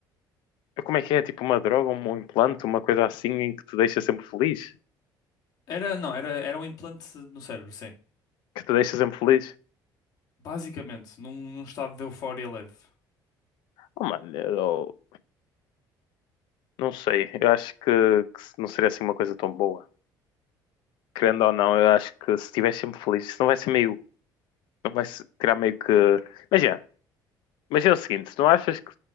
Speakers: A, on the left; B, on the left.
A: como é que é? Tipo uma droga, um implante, uma coisa assim em que te deixa sempre feliz?
B: Era, não, era, era um implante no cérebro, sim.
A: Que te deixa sempre feliz?
B: Basicamente, num, num estado de euforia leve.
A: Oh, mano, eu não sei. Eu acho que, que não seria assim uma coisa tão boa. Querendo ou não, eu acho que se estiver sempre feliz, isso não vai ser meio. Não vai se- tirar meio que. Imagina, imagina o seguinte: se não achas que